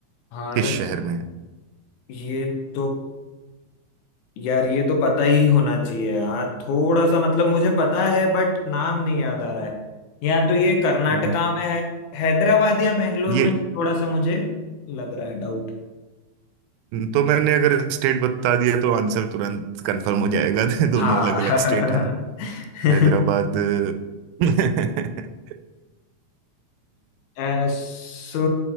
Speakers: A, on the left; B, on the right.
A: हार
B: किस शहर में
A: ये तो यार ये तो पता ही होना चाहिए हाँ थोड़ा सा मतलब मुझे पता है बट नाम नहीं याद आ रहा है या तो ये कर्नाटका
B: है
A: में है हैदराबाद या बेंगलोर
B: ये
A: में थोड़ा सा मुझे लग रहा है डाउट
B: तो मैंने अगर स्टेट बता दिया तो आंसर तुरंत कंफर्म हो जाएगा <laughs> दोनों
A: हाँ
B: अलग अलग स्टेट हैं
A: <laughs>
B: हैदराबाद <laughs>
A: अ, सो